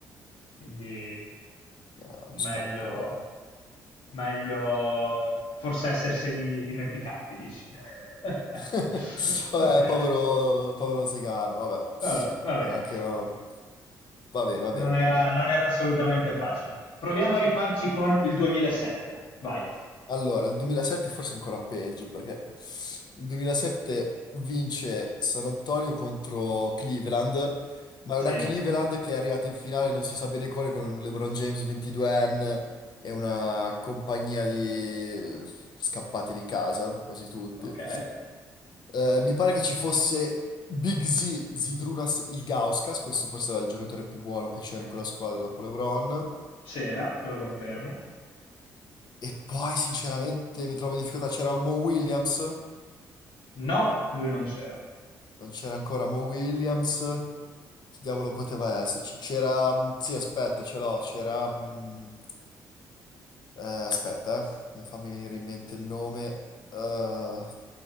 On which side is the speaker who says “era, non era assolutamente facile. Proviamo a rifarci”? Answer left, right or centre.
Left